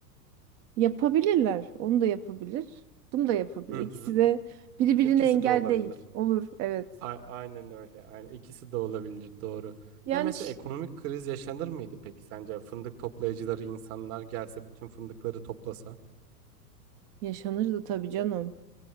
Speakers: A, on the right; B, on the right.
A: Yapabilirler. Onu da yapabilir. Bunu da yapabilir.
B: Hı
A: İkisi
B: hı.
A: de birbirine
B: İkisi
A: engel
B: de olabilir.
A: değil. Olur, evet.
B: A- aynen öyle. Aynen. İkisi de olabilir doğru.
A: Yani
B: Ya mesela
A: ş-
B: ekonomik kriz yaşanır mıydı peki sence? Fındık toplayıcıları insanlar gelse bütün fındıkları toplasa.
A: yaşanırdı tabii canım.